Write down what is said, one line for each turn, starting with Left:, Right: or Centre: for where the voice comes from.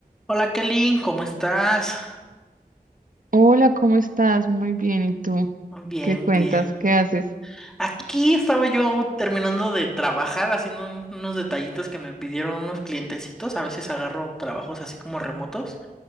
Centre: Hola Kelly, ¿cómo estás?
Right: Hola, ¿cómo estás? Muy bien, ¿y tú?
Centre: Bien,
Right: ¿Qué cuentas?
Centre: bien.
Right: ¿Qué haces?
Centre: Aquí estaba yo terminando de trabajar, haciendo un- unos detallitos que me pidieron unos clientecitos. A veces agarro trabajos así como remotos